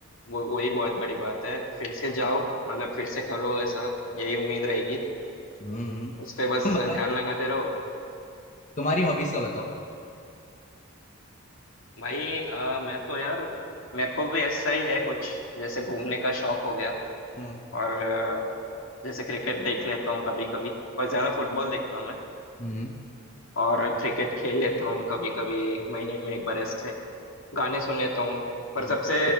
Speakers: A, on the left (about 75°); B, on the left (about 35°).
A: वो वही बहुत बड़ी बात है फिर से जाओ मतलब फिर से करो ऐसा यही उम्मीद रहेगी
B: हम्म हम्म।
A: उस पे बस
B: तुम बताओ
A: ध्यान लगाते रहो
B: तुम्हारी हॉबीज का बताओ
A: भाई अ, मैं तो यार मेरे को भी ऐसा ही है कुछ जैसे घूमने का शौक हो गया
B: हम्म
A: और अ, जैसे क्रिकेट देख लेता हूँ कभी कभी और ज्यादा
B: हाँ,
A: फुटबॉल देखता हूँ मैं
B: हम्म
A: और क्रिकेट खेल लेता हूँ कभी कभी महीने में एक बार ऐसे गाने सुन लेता हूँ पर
B: हम्म।
A: सबसे